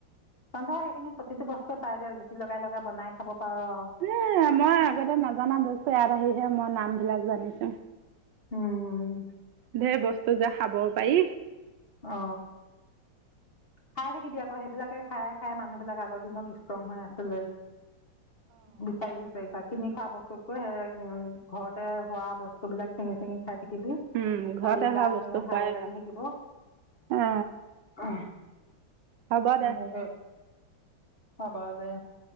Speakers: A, on the left; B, on the right.
A: তহত সেইখিনি প্ৰতিটো বস্তুৱে পায় যে জুতি লগাই লগাই বনাই খাব পাৰ আৰু
B: এই আমাৰ আগতে নজনা বস্তু ইয়াত আহি এতিয়াহে মই নামবিলাক জানিছো
A: উমম
B: সেই বস্তু যে খাব পাৰি
A: অ খাই থাকিবি আকৌ সেইবিলাকে খাই খাই মানুহ বিলাক আগৰ দিনত ষ্ট্ৰং হৈ আছিলে বিচাৰি বিচাৰি খাই কিনি খোৱা বস্তুতকৈ সেই ঘৰতে হোৱা বস্তুবিলাক চিঙি চিঙি খাই।
B: উম ঘৰতে
A: শৰীৰ
B: হোৱা
A: গা
B: বস্তু
A: মংস
B: খোৱাই
A: ভাল লাগি থাকিব উ
B: অ হ'ব দে
A: হব দে।